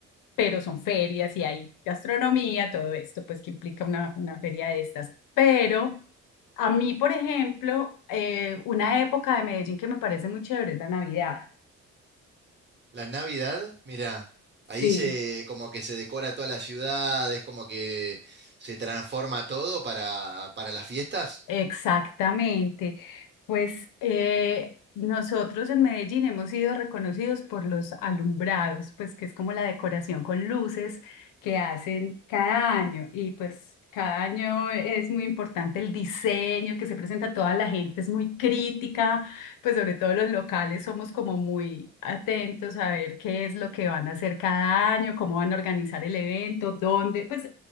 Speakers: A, on the left (about 80°); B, on the right (about 35°).
A: pero son ferias y hay gastronomía, todo esto, pues que implica una, una feria de estas. Pero a mí, por ejemplo, eh, una época de Medellín que me parece muy chévere es la Navidad.
B: La Navidad, mira,
A: Sí.
B: ahí se como que se decora toda la ciudad, es como que se transforma todo para, para las fiestas.
A: Exactamente. Pues eh, nosotros en Medellín hemos sido reconocidos por los alumbrados, pues que es como la decoración con luces que hacen cada año. Y pues cada año es muy importante el diseño que se presenta a toda la gente, es muy crítica, pues sobre todo los locales somos como muy atentos a ver qué es lo que van a hacer cada año, cómo van a organizar el evento, dónde, pues